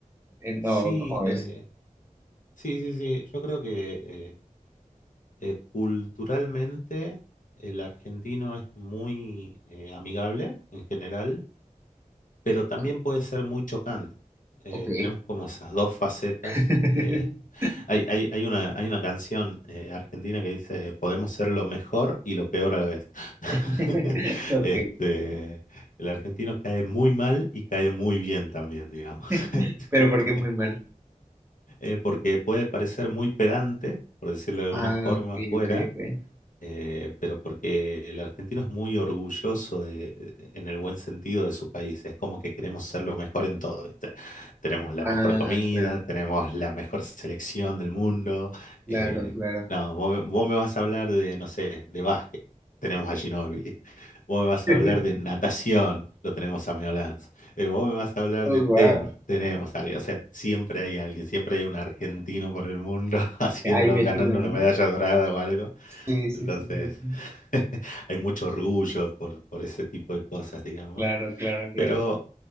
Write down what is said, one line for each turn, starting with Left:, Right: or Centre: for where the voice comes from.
Right: Eh, no,
Left: Sí,
Right: ¿cómo ves?
Left: eh, sí, sí, sí. Yo creo que eh, eh, culturalmente el argentino es muy eh, amigable en general, pero también
Right: Ah,
Left: puede ser muy chocante. Eh,
Right: Ok.
Left: tenemos como esas dos facetas.
Right: <laughs>
Left: eh, hay, hay, hay una, hay una canción eh, argentina que dice, podemos ser lo mejor y lo peor a la vez. <laughs>
Right: <laughs> Ok.
Left: Este, el argentino cae muy mal y cae muy bien también, digamos.
Right: <laughs>
Left: <laughs>
Right: Pero porque es muy mal.
Left: eh, porque puede parecer muy pedante, por decirlo de alguna
Right: Ah,
Left: forma,
Right: ok,
Left: afuera,
Right: ok, ok.
Left: eh, pero porque el argentino es muy orgulloso de, en el buen sentido de su país, es como que queremos ser lo mejor en todo, ¿viste? Tenemos la
Right: Ah,
Left: mejor comida,
Right: claro,
Left: tenemos la mejor selección del mundo.
Right: claro,
Left: eh,
Right: claro.
Left: no, vos, me vos me vas a hablar de, no sé, de básquet, tenemos a Ginóbili. Vos me vas
Right: <laughs>
Left: a hablar de natación, lo tenemos a Meo Lanz. Eh, vos me vas a hablar
Right: Oh,
Left: de tenis,
Right: wow.
Left: tenemos a alguien. O sea, siempre hay alguien, siempre hay un argentino por el mundo <laughs> haciendo,
Right: Ahí metido,
Left: ganando
Right: ¿no?
Left: una medalla dorada o algo.
Right: Sí, sí,
Left: Entonces,
Right: sí, sí, sí.
Left: <laughs> hay mucho orgullo por, por ese tipo de cosas, digamos.
Right: Claro, claro, claro.
Left: Pero